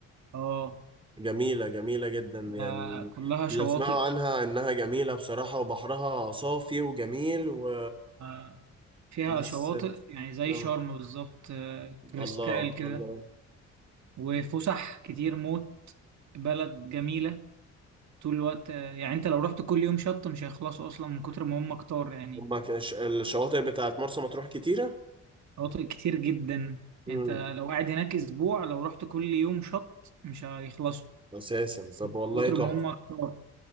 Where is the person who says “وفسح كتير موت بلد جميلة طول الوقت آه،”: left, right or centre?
Right